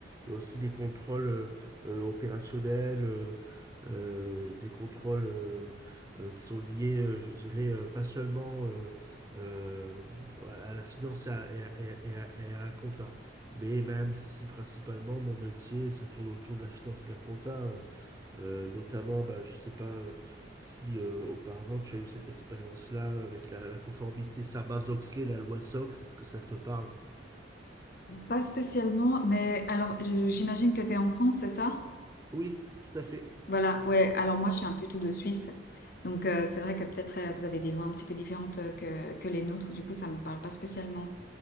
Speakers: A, on the right; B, on the left.
A: Il y a aussi des contrôles euh, euh, opérationnels, euh, euh, des contrôles euh, euh, qui sont liés, euh, je dirais, euh, pas seulement euh, euh, à la finance et à, et à- et à- et à et à la compta. Mais même si principalement mon métier, ça tourne autour de la finance et de la compta, euh, euh, notamment, bah, je sais pas. euh, si euh, auparavant tu as eu cette expérience-là avec la, la conformité Sarbanes-Oxley, la loi SOX, est-ce que ça te parle?
B: Pas spécialement, mais alors je- j'imagine que tu es en France, c'est ça?
A: Oui, tout à fait.
B: Voilà, ouais. Alors moi, je suis un peu tout de Suisse. Donc euh, c'est vrai que peut-être euh, vous avez des lois un petit peu différentes euh, que, que les nôtres. Du coup, ça me parle pas spécialement.